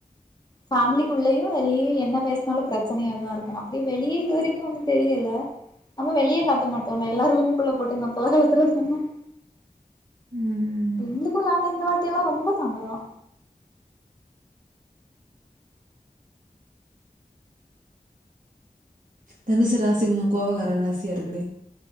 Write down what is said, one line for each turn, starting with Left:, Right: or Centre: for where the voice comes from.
Left: ஃபேமிலிக்குள்ளேயும் வெளியேயும் என்ன பேசுனாலும் பிரச்சனையாதா இருக்கு அப்படியே வெளியே இது வரைக்கு ஒன்னு தெரியல ஆனா வெளியே காட்ட மாட்டோம்லல்ல எல்லா ரூமுக்குள்ள போட்டு <unintelligible>
Right: ம்
Left: எங்களுக்கும்ள்ளனா இந்த வாட்டி எல்லா ரொம்ப சண்டதா
Right: தனசு ராசி கொஞ்ச கோவாகார ராசியா இருக்குடே